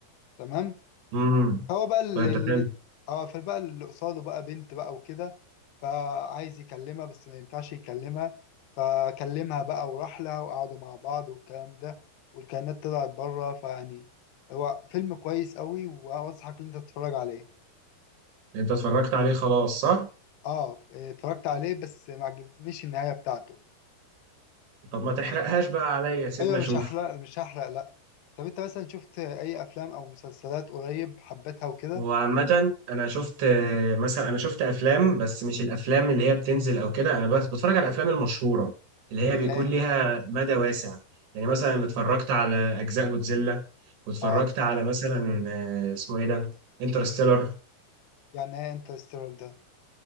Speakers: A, on the left (about 80°); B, on the right (about 75°).
A: تمام
B: مم.
A: هو بقى ال
B: طيب
A: ال-
B: ده حلو
A: اه فبقى اللي قصاده بقى بنت بقى وكده فعايز يكلمها بس ما ينفعش يكلمها فكلمها بقى وراح لها وقعدوا مع بعض والكلام ده والكائنات طلعت بره فيعني هو فيلم كويس قوي وانصحك ان انت تتفرج عليه
B: أنت اتفرجت عليه خلاص صح؟
A: اه اتفرجت عليه بس ما عجبنيش النهاية بتاعته
B: طب ما تحرقهاش
A: مش
B: بقى عليا سيبنا
A: ايوه مش
B: أشوف
A: هحرق مش هحرق لا طب انت مثلا شفت اي افلام او مسلسلات قريب حبيتها وكده
B: هو عامة أنا شفت آه، مثلا أنا شفت أفلام بس مش الأفلام اللي هي بتنزل أو كده أنا بس بتفرج على الأفلام المشهورة اللي
A: زي
B: هي بيكون
A: ايه
B: ليها مدى واسع يعني مثلا اتفرجت على أجزاء جودزيلا واتفرجت
A: اه
B: على مثلا آه، اسمه إيه ده؟ انترستيلر
A: يعني ايه انترستيلر ده